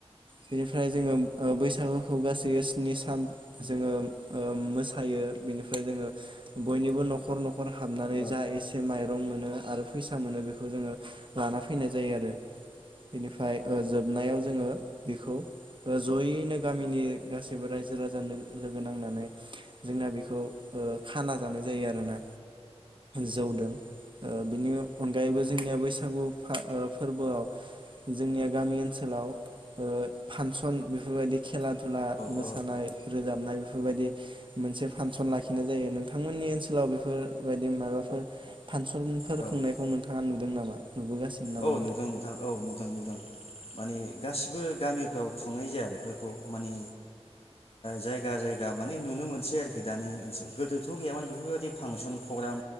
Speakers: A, on the right; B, on the left.
A: बेनिफ्राय जोङो बैसागुखौ गासै स्नि सान जोङो ओ मोसायो बिनिफ्राय जोङो बयनिबो न'खर न'खर हाबनानै
B: औ
A: जा एसे माइरं मोनो आरो फैसा मोनो बेखौ जोङो लाना फैनाय जायो आरो निफ्राय जोबनायाव जोङो बेखौ जयैनो गामिनि गासैबो रायजो राजानो लोगो नांनानै जोंना बेखौ ओ खाना जानाय जायो आरोना जौदों बेनि अनगायैबो जोंनि बै बैसागु फा फोरबोआव जोंनिया गामि ओनसोल सोरांव ओ फांसन बेफोरबायदि खेला दधुला मोसानाय
B: औ
A: रोजाबनाय बेफोरबायदि मोनसे फांसन लाखिनाय जायो नों नोंथांमोननि ओनसोलाव बेफोरबायदि माबाफोर फानसनफोर
B: औ
A: खुंनायखौ नोंथाङा नु दों नामा नुबोगासिनो नामा
B: औ नोंदों नोंथां औ नो दुं नुदों माने गासिबो गामिफ्राव खुंनाय जाया बेफोरखौ माने जायगा जायगा माने नुनो मोनसै आरोखि दानि ओनसोल गोदोथ' गैयामोन बेफोरबायदि फांसन फ्रग्राम